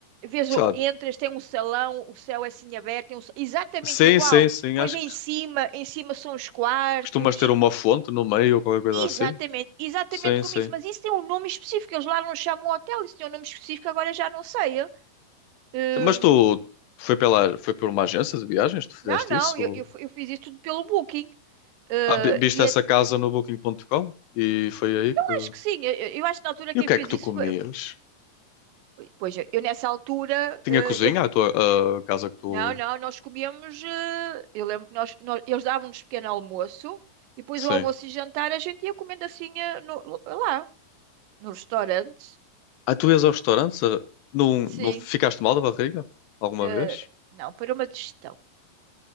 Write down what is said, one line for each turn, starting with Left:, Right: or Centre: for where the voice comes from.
Right: vejo
Left: sei
Right: o-
Left: lá,
Right: entras, tem um salão, o céu é assim aberto, tem um sa- exatamente
Left: sim,
Right: igual.
Left: sim, sim,
Right: Pois
Left: acho
Right: é em
Left: que
Right: cima, em cima são os quartos.
Left: costumas ter uma fonte no meio ou qualquer coisa
Right: Exatamente,
Left: assim.
Right: exatamente
Left: Sim,
Right: como
Left: sim.
Right: isso. Mas isso tem um nome específico, eles lá não chamam hotel, isso tem um nome específico, agora já não sei. eu. Hum,
Left: Mas tu foi pela, foi por uma agência de viagens, tu fizeste
Right: não, não,
Left: isso?
Right: eu, eu, eu fiz isso tudo pelo Booking. Eh,
Left: Ah, vi- viste
Right: e
Left: essa
Right: até- eu
Left: casa no Booking.com? E foi aí que.
Right: acho que sim, eu, eu acho que na altura
Left: E
Right: quem
Left: o que
Right: fez
Left: é que tu
Right: isso
Left: comias?
Right: foi- Pois eu, eu nessa altura,
Left: Tinha
Right: eh,
Left: cozinha,
Right: eu,
Left: a tua a casa que tu.
Right: Não, não, nós comíamos. eh, Eu lembro que nós, nós- eles davam-nos pequeno almoço e depois
Left: Sim.
Right: o almoço e jantar a gente ia comendo assim eh, no- lá, nos restaurantes.
Left: Ah, tu ias ao restaurante? ah, Não,
Right: Sim.
Left: não ficaste mal da barriga? Alguma
Right: eh,
Left: vez?
Right: não, para uma digestão.